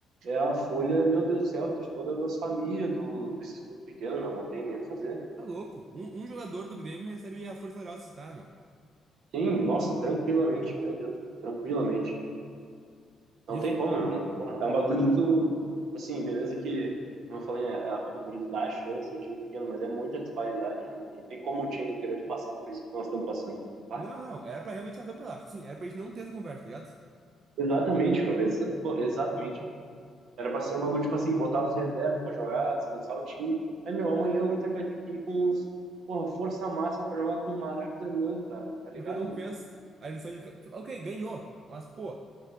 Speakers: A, on the right; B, on the right.
A: é a folha, meu Deus do céu, de todas as famílias do, desses clubes pequenos, meu. Não tem nem o que fazer.
B: Tá louco. Um, um jogador do Grêmio recebe a força salarial desses caras, meu.
A: Sim, nossa, tranquilamente, meu Deus, tranquilamente.
B: Isso.
A: Não tem como, meu, não tem como. É um bagulho muito. Assim, beleza que, como eu falei, né, a Copa do Brasil dá a chance ao time é pequeno, mas é muita disparidade. hein? Não tem como o time do grande passar por isso que nós estamos passando. Ah,
B: Não, não. Era pra realmente atropelar. Tipo Sim, era pra gente não ter essa conversa, tá ligado?
A: exatamente, meu. Exa pô, exatamente. Era pra ser um bagulho, tipo assim, botar os reservas pra jogar, descansar o time. Aí, meu, amanhã o Inter vai ter que ir com os. Porra, força máxima pra jogar com o Maracanã, cara. Tá ligado?
B: Porque não fez a lição de. ca- tipo, Ok, ganhou. Mas, pô,